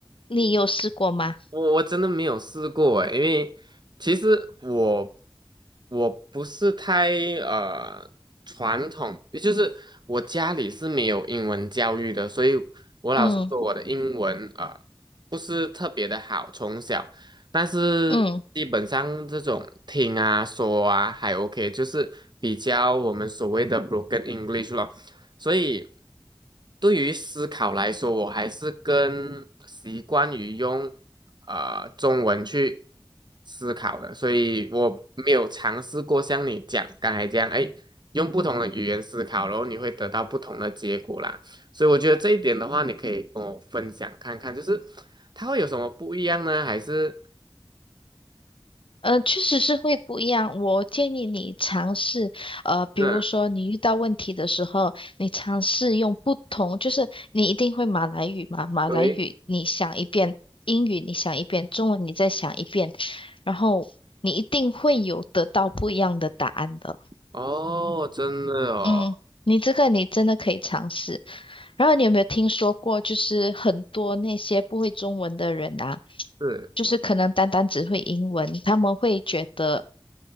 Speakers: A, on the left; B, on the right.
A: 你有试过吗？
B: 我我真的没有试过诶，因为其实我我不是太呃传统，也就是我家里是没有英文教育的，所以我老师说我的英文呃
A: 嗯
B: 不是特别的好，从小，但是基本上这种听啊说啊还
A: 嗯。
B: OK，就是比较我们所谓的 broken English 咯。所以对于思考来说，我还是更习惯于用呃中文去思考的，所以我没有尝试过像你讲刚才这样，哎，用不同的语言思考，然后你会得到不同的结果啦。所以我觉得这一点的话，你可以跟我分享看看，就是它会有什么不一样呢？还是
A: 呃，确实是会不一样。我建议你尝试，呃，比如说你遇到问题的时候，
B: 嗯，
A: 你尝试用不同，就是你一定会马来语嘛，马来语你想一遍，
B: 对，
A: 英语你想一遍，中文你再想一遍，然后你一定会有得到不一样的答案的。
B: 哦，真的哦，
A: 嗯，你这个你真的可以尝试。然后你有没有听说过，就是很多那些不会中文的人啊，
B: 是，
A: 就是可能单单只会英文，他们会觉得